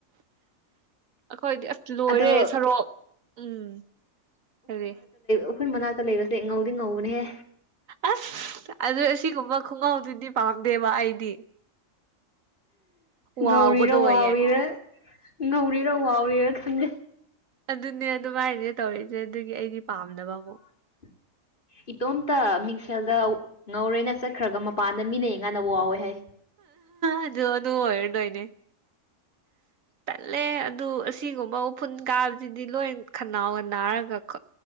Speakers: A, on the right (about 85°); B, on the left (about 40°).
A: ꯑꯩꯈꯣꯏꯗꯤ ꯑꯁ ꯂꯣꯏꯔꯦ
B: ꯑꯗꯣ
A: ꯁꯣꯔꯣꯛ ꯎꯝ ꯀꯔꯤ
B: ꯎꯈꯨꯜ ꯃꯅꯥꯛꯇ ꯂꯩꯕꯁꯦ ꯉꯧꯗꯤ ꯉꯧꯕꯅꯦꯍꯦ
A: ꯑꯁ ꯑꯗꯨ ꯑꯁꯤꯒꯨꯝꯕ ꯈꯨꯡꯒꯧꯗꯨꯗꯤ ꯄꯥꯝꯗꯦꯕ ꯑꯩꯗꯤ
B: ꯉꯧꯔꯤꯔ
A: ꯋꯥꯎꯕꯗꯣ ꯑꯣꯏꯌꯦ
B: ꯋꯥꯎꯔꯤꯔ ꯉꯧꯔꯤꯔ ꯋꯥꯎꯔꯤꯔ ꯈꯪꯗꯦ
A: ꯑꯗꯨꯅꯦ ꯑꯗꯨꯃꯥꯏꯅꯦ ꯇꯧꯔꯤꯁꯦ ꯑꯗꯨꯒꯤ ꯑꯩꯗꯤ ꯄꯥꯝꯗꯕ ꯑꯃꯨꯛ
B: <inaudible> ꯏꯇꯣꯝꯇ ꯃꯤꯡꯁꯦꯜꯗ ꯉꯧꯔꯦꯅ ꯆꯠꯈ꯭ꯔꯒ ꯃꯄꯥꯟꯗ ꯃꯤꯅ ꯌꯦꯡꯉꯀꯥꯟꯗ ꯋꯥꯎꯋꯦꯅ ꯍꯥꯏ
A: ꯑꯗꯨ ꯑꯗꯨ ꯑꯣꯏꯔꯗꯣꯏꯅꯦ ꯇꯟꯂꯦ ꯑꯗꯨ ꯑꯁꯤꯒꯨꯝꯕ ꯎꯐꯨꯟ ꯀꯥꯕꯁꯤꯗꯤ ꯂꯣꯏ ꯈꯅꯥꯎꯒ ꯅꯥꯔꯒꯀꯣ